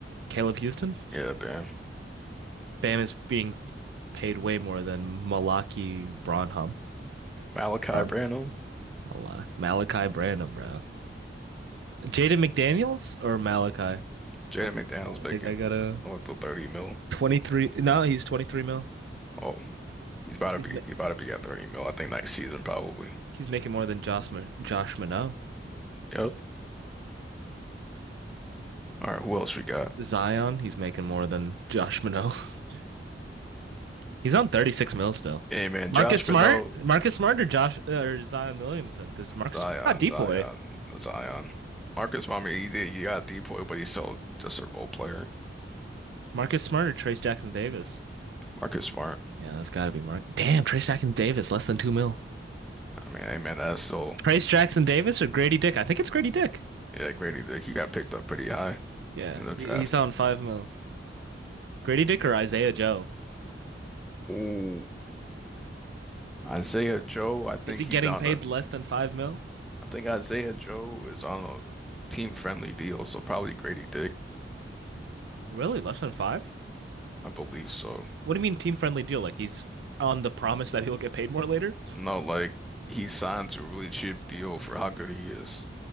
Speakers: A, on the right (about 70°); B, in the centre.
A: Caleb Houston.
B: Yeah, man.
A: Bam is being paid way more than Malachi Branham.
B: Malachi
A: Branham?
B: Branham,
A: Mal Malachi Branham, bro. Jaden McDaniels or Malachi?
B: Jaden
A: I
B: McDaniels making
A: think I got a
B: north of 30 mil.
A: 23. No, he's 23 mil.
B: Oh, he's about
A: He's
B: to be
A: ma
B: he's about to be at 30 mil, I think next season probably.
A: he's making more than Josh Ma- Josh Minot.
B: Yep. All right, who else we got?
A: Zion, he's making more than Josh Minot. <laughs> He's on 36 mil still.
B: Hey man,
A: Marcus
B: Josh
A: Smart,
B: Minot,
A: Marcus Smart or Josh or Zion Williamson because Marcus
B: Zion,
A: not Depoy.
B: Zion, Zion. Marcus, I mean, he did, he got a depoy, but he's still just a role player.
A: Marcus Smart or Trace Jackson Davis.
B: Marcus Smart.
A: Yeah, that's got to be Mark. Damn, Trace Jackson Davis, less than two mil.
B: I mean, hey man, that's so
A: Trace Jackson Davis or Grady Dick? I think it's Grady Dick.
B: Yeah, Grady Dick, he got picked up pretty high
A: Yeah,
B: in the draft.
A: he- he's on five mil. Grady Dick or Isaiah Joe?
B: Ooh, Isaiah Joe, I think
A: Is he getting
B: he's on
A: paid
B: a,
A: less than five mil?
B: I think Isaiah Joe is on a team-friendly deal, so probably Grady Dick.
A: Really, less than five?
B: I believe so.
A: What do you mean team friendly deal? Like he's on the promise that he'll get paid more later?
B: No, like he signed to a really cheap deal for how good he is,